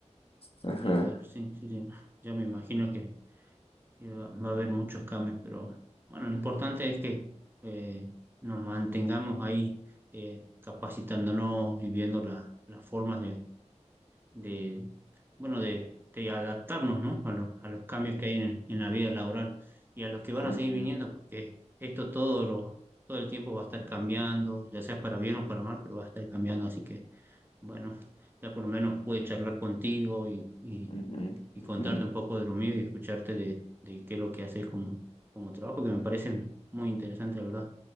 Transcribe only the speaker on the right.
claro, sí, sí, sí. Ya me imagino que que va va a haber muchos cambios, pero bueno, lo importante es que eh, nos mantengamos ahí eh, capacitándonos y viendo la- las formas de, bueno, de, de adaptarnos, ¿no? A los, a los cambios que hay en, en la vida laboral y a los que van
a seguir
viniendo, porque esto todo, lo, todo el tiempo va a estar cambiando, ya sea para bien o para mal, pero va a estar cambiando. Así que, bueno, ya por lo menos pude charlar contigo y, y,
y contarte
un poco de lo mío y escucharte de, de qué es lo que haces como, como trabajo, que me parece muy interesante, la verdad.